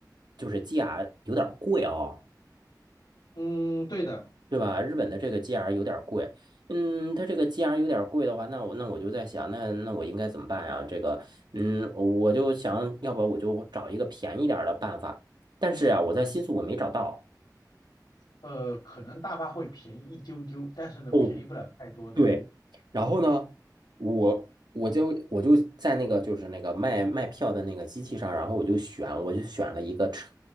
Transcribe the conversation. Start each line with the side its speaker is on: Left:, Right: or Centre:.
Right: 就是 GR 有点儿贵哦，
Left: 嗯，对的，
Right: 对吧？日本的这个 GR 有点儿贵。嗯，它这个 GR 有点儿贵的话，那我那我就在想，那那我应该怎么办呀？这个，嗯，我就想要不我就找一个便宜点儿的办法。但是呀、我在新宿我没找到。
Left: 呃，可能大巴会便宜一丢丢，但是呢，
Right: 哦，
Left: 便宜不了太多的。
Right: 对，然后呢，我我就我就在那个就是那个卖卖票的那个机器上，然后我就选我就选了一个成，